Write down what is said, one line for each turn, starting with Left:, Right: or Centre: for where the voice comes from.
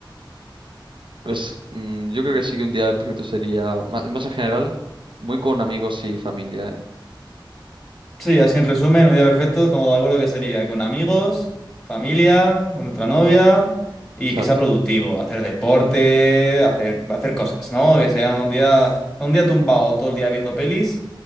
Right: Pues mm, yo creo que sí que un día perfecto sería, más, más en general, muy con amigos y familia, ¿eh?
Centre: Sí, así en resumen, un día perfecto, estamos de acuerdo que sería con amigos, familia, con nuestra novia y
Right: Exacto.
Centre: que sea productivo, hacer deporte, hacer, hacer cosas, ¿no? Que sea un día, un día tumbado todo el día viendo pelis.